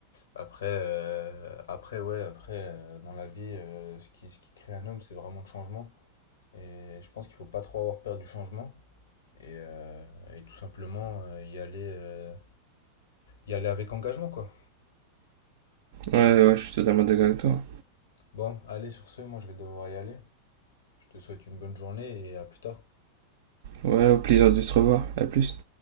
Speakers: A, on the left (about 70°); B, on the right (about 55°).
A: Après, euh, après ouais, après, euh, dans la vie, euh, ce qui, ce qui crée un homme, c'est vraiment le changement. Et je pense qu'il faut pas trop avoir peur du changement. Et, euh, et tout simplement euh, y aller, euh, y aller avec engagement, quoi.
B: Ouais, ouais, je suis totalement d'accord avec toi.
A: Bon, allez, sur ce, moi je vais devoir y aller. Je te souhaite une bonne journée et à plus tard.
B: Ouais, au plaisir de se revoir. À plus.